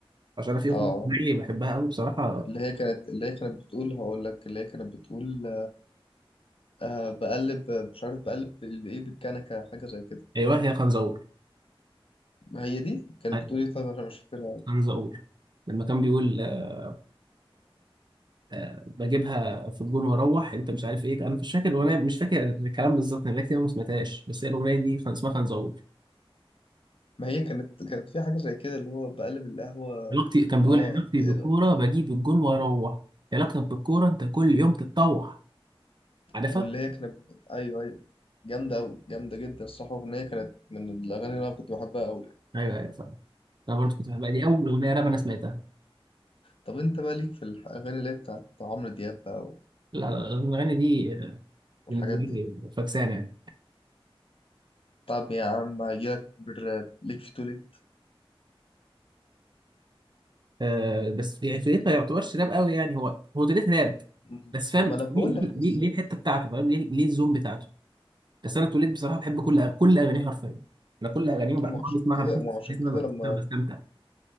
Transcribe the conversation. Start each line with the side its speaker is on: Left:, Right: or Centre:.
Right: عشان انا في اغنيه
Left: اه
Right: زيي بحبها قوي بصراحه
Left: اللي هي كانت اللي هي كانت بتقول هقول لك اللي هي كانت بتقول آه بقلب مش عارف بقلب بايه بالكنكه حاجه زي كده
Right: ايوه هي خنزقور
Left: ما هي دي كانت
Right: ايوه
Left: بتقول ايه طيب عشان مش فاكرها أوي.
Right: خنزقور لما كان بيقول آه، آه، بجيبها في الجون واروح انت مش عارف ايه انا مش فاكر الاغنيه مش فاكر الكلام بالظبط انا بقالي كتير أوي ما سمعتهاش بس هي الاغنيه دي كان اسمها خنزقور
Left: ما هي كانت كانت في حاجه زي كده اللي هو بقلب القهوه
Right: علاقتي كان بيقول
Left: اه
Right: علاقتي
Left: إيه
Right: بالكوره
Left: ده؟
Right: بجيب الجون واروح علاقتك بالكوره انت كل يوم تتطوح عارفها
Left: واللي هي كانت ايوه ايوه جامده قوي جامده جدا الصراحه الاغنيه كانت من الاغاني اللي انا كنت بحبها قوي
Right: ايوه ايوه فاهم انا برضه كنت بحبها دي اول اغنيه راب انا سمعتها
Left: طب انت بقى ليك في الاغاني اللي هي بتاعت عمرو دياب بقى
Right: لا لا، الاغنيه دي آه،
Left: والحاجات
Right: بالنسبه لي
Left: دي
Right: فكسانه يعني
Left: طب يا عم هجيلك بالراب ليك في توليت
Right: أه بس يعني فكرتها ما يعتبرش راب قوي يعني هو هو توليت راب
Left: م-
Right: بس فاهم
Left: ما انا بقول
Right: ليه
Left: لك
Right: ليه ليه
Left: بس
Right: ليه الحته بتاعته فاهم ليه ليه الزوم بتاعته بس انا توليت بصراحه بحب كل أغ- كل اغانيه حرفيا انا كل اغانيه وبعد
Left: مو
Right: كل
Left: عشان
Right: اسمعها
Left: كده
Right: بحس
Left: مو عشان
Right: بحس
Left: كده
Right: ان انا بحس
Left: لما
Right: إن أنا بستمتع